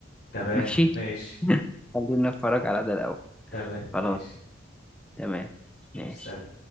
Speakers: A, on the left; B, in the centre.
A: تمام
B: ماشي
A: ماشي
B: <laughs> خلينا نتفرج على ده الاول
A: تمام
B: خلاص
A: ماشي
B: تمام
A: ماشي
B: ماشي
A: سلام